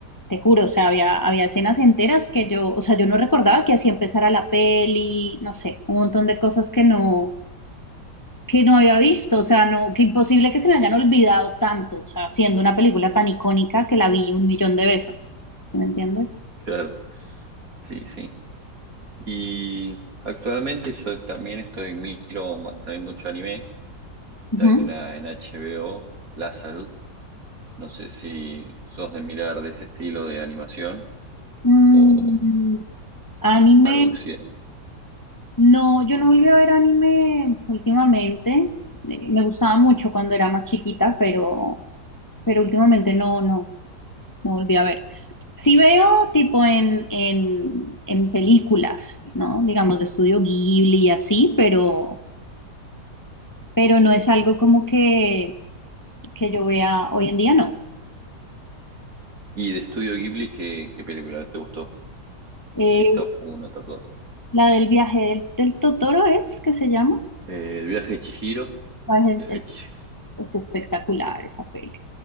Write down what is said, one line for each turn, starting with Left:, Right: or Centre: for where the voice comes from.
Left: te juro, o sea, había, había escenas enteras que yo, o sea, yo no recordaba que así empezara la peli, no sé, un montón de cosas que no que no había visto, o sea, no, que imposible que se me hayan olvidado tanto, o sea, siendo una película tan icónica que la vi un millón de veces, ¿sí ¿me entiendes?
Right: Claro, sí, sí. Y actualmente yo también estoy, miro ma- también mucho anime. Está
Left: Ujú.
Right: en una en HBO, Lazarus. No sé si sos de mirar de ese estilo de animación
Left: Mm,
Right: o
Left: anime,
Right: algo de occidente.
Left: no, yo no volví a ver anime últimamente, Eh, me gustaba mucho cuando era más chiquita, pero, pero últimamente no, no, no volví a ver. Sí veo tipo en, en, en películas, ¿no? Digamos de estudio Ghibli y así, pero... pero no es algo como que, que yo vea hoy en día, no.
Right: Y de Estudio Ghibli, ¿qué, qué película te gustó?
Left: Eh,
Right: Así top uno top dos
Left: la del viaje del, del Totoro es que se llama.
Right: Eh, El viaje de Chihiro.
Left: Viaje
Right: Viaje
Left: del-
Right: de Chihiro
Left: Es espectacular esa peli,